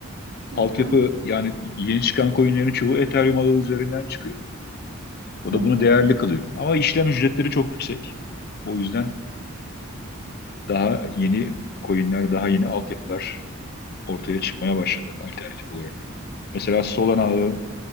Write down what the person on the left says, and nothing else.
Altyapı
yani yeni çıkan coinlerin çoğu Ethereum ağı üzerinden çıkıyor. O
da
bunu değerli kılıyor. Ama işlem ücretleri çok yüksek. O yüzden daha yeni coinler, daha yeni altyapılar ortaya çıkmaya başladı alternatif olarak. Mesela Solana ağı